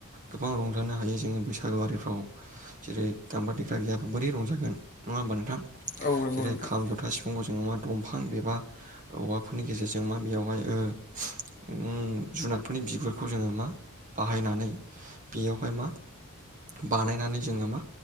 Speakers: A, on the right (about 35°); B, on the left (about 40°).
A: गोबां रंजानो हायो जोङो बैसागुआिफ्राव जेरै दामग्रा देग्लाय गोयाबा बोरै रंजागोन नङा होमबा नोंथां
B: औ नंगौ
A: जेरै
B: नोंथां
A: खाम जथा सिफुंखौ जोङो मा दंफां एबा औवाफोरनि गेजेरजों मा बेयावहाय ओ ओम जुनारफोरनि बिगुरखौ जोङो मा बाहायनानै बेयावहाय मा बानायनानै जोङो मा